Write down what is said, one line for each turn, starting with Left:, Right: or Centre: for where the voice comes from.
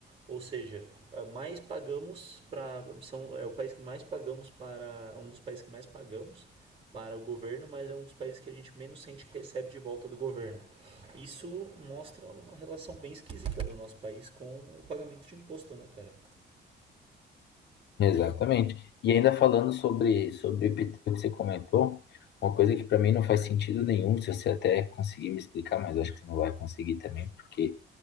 Right: Ou seja, é, mais pagamos para são é o país que mais pagamos para um dos países que mais pagamos para o governo, mas é um dos países que a gente menos sente que recebe de volta do governo. Isso mostra uma relação bem esquisita do nosso país com o pagamento de imposto, né, cara?
Left: Exatamente. E ainda falando sobre, sobre o IPTU que você comentou, uma coisa que para mim não faz sentido nenhum, se você até conseguir me explicar, mas acho que você não vai conseguir também, porque